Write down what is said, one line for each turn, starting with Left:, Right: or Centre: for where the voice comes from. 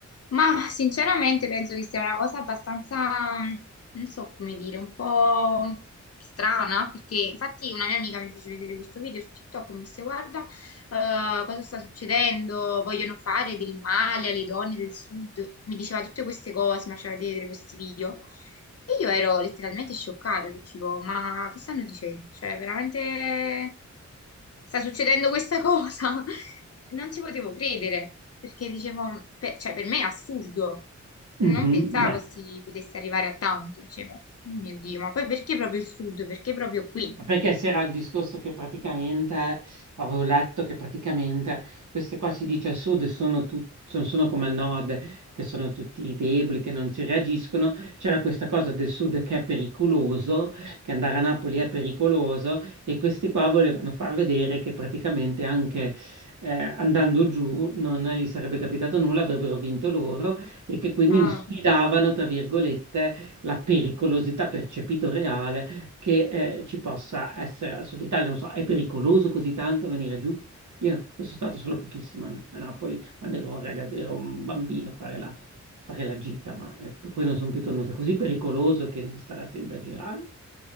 Left: Ma sinceramente penso che sia una cosa abbastanza, mh, non so come dire, un po' strana, perché infatti una mia amica mi fece vedere questo video su TikTok e mi disse, guarda, eh, cosa sta succedendo? Vogliono fare del male alle donne del sud. Mi diceva tutte queste cose, mi faceva vedere questi video. E io ero letteralmente scioccata, dicevo, ma che stanno dicendo? Cioè, veramente sta succedendo questa cosa? <laughs> Non ci potevo credere, perché dicevo, per, cioè, per me è assurdo.
Right: Mhm,
Left: Non pensavo
Right: beh.
Left: si potesse arrivare a tanto, dicevo, "Oh mio Dio, ma poi perché proprio il sud? Perché proprio qui?
Right: Ma perché c'era il discorso che praticamente, avevo letto che praticamente queste qua si dice al sud sono, tut- sono, sono come al nord, che sono tutti deboli, che non ci reagiscono. C'era questa cosa del sud che è pericoloso, che andare a Napoli è pericoloso e questi qua volevano far vedere che praticamente anche eh, andando giù non gli sarebbe capitato nulla, avrebbero vinto loro e che quindi
Left: Ah.
Right: sfidavano, tra virgolette, la pericolosità percepito reale che eh, ci possa essere al sud Italia, non so, è pericoloso così tanto venire giù? Io, no, io sono stato solo pochissimo a, Na- a Napoli quando ero un, raga- ero un bambino a fare la, fare la gita, ma eh, p- poi non sono più tornato. È così pericoloso che devi stare attento a girare?